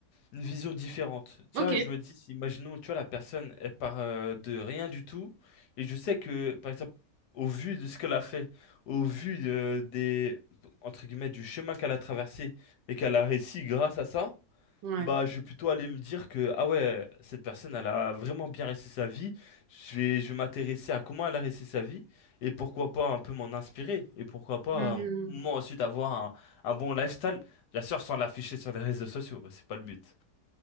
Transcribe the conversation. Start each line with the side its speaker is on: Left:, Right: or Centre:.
Left: une vision différente. Tiens,
Right: Ok,
Left: je me dis, si, imaginons, tu vois, la personne, elle part euh, de rien du tout, et je sais que, par exemple, au vu de ce qu'elle a fait, au vu euh, des, entre guillemets, du chemin qu'elle a traversé, et qu'elle a réussi grâce à ça,
Right: ouais.
Left: Bah, je vais plutôt aller me dire que, ah ouais, cette personne, elle a vraiment bien réussi sa vie. Je vais, je vais m'intéresser à comment elle a réussi sa vie et pourquoi pas un peu m'en inspirer et pourquoi pas,
Right: Mhm.
Left: euh, moi ensuite, avoir un, un bon lifestyle. Bien sûr, sans l'afficher sur les réseaux sociaux, bah, c'est pas le but.